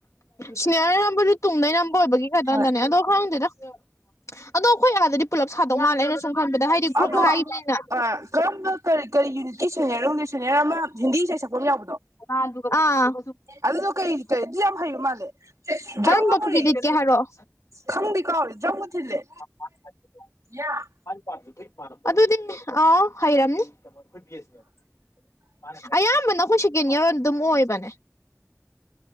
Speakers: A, on the left; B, on the right.
A: ꯁꯅꯦꯍꯥꯅ ꯅꯝꯕꯖꯨ ꯇꯨꯡꯗꯩ ꯅꯝꯕ ꯑꯣꯏꯕꯒꯤ ꯈꯗꯗꯅꯦ
B: ꯍꯣꯏ
A: ꯑꯗꯣ ꯈꯪꯗꯦꯗ ꯑꯗꯣ ꯑꯩꯈꯣꯏ ꯑꯥꯗꯗꯤ ꯄꯨꯂꯞ ꯁꯥꯗꯧ ꯃꯥꯜꯂꯦ ꯑꯩꯅ ꯁꯨꯝ ꯈꯟꯕꯗ ꯍꯥꯏꯗꯤ ꯒ꯭ꯔꯨꯞ
B: ꯑꯗꯣ
A: ꯍꯥꯏꯕꯅꯤꯅ
B: ꯑꯥ ꯀꯔꯝꯕ ꯀꯔꯤ ꯀꯔꯤ ꯌꯨꯅꯤꯠꯀꯤ ꯁꯦꯅꯤꯌꯔꯅꯣ ꯈꯪꯗꯦ ꯁꯨꯅꯤꯌꯔ ꯑꯃ ꯍꯤꯟꯗꯤ ꯏꯁꯩꯩ ꯁꯛꯄꯥꯝ ꯃꯥ ꯌꯥꯎꯕꯗꯣ
A: ꯑꯥ <unintelligible>
B: ꯑꯗꯨꯗꯣ ꯀꯩ ꯀꯩ ꯑꯗꯨ ꯌꯥꯝ ꯍꯩꯕ ꯃꯥꯜꯂꯦ ꯗ꯭ꯔꯝꯒ
A: ꯀꯔꯝꯕ
B: ꯄꯨꯔꯛꯑꯦ
A: ꯐꯨꯔꯤꯠ ꯂꯤꯠꯀꯦ ꯍꯥꯏꯔꯑꯣ
B: ꯈꯪꯗꯤ ꯀꯥꯎꯔꯦ ꯗ꯭ꯔꯝꯒ ꯊꯤꯜꯂꯦ
A: <unintelligible>
B: ꯌꯥ
A: <unintelligible> ꯑꯗꯨꯗꯤ ꯑꯥ ꯍꯩꯔꯝꯅꯤ <unintelligible> ꯑꯌꯥꯝꯕꯅ ꯈꯣꯏꯁꯤ ꯀꯦꯅꯤꯌꯥ ꯑꯗꯨꯝ ꯑꯣꯏꯕꯅꯦ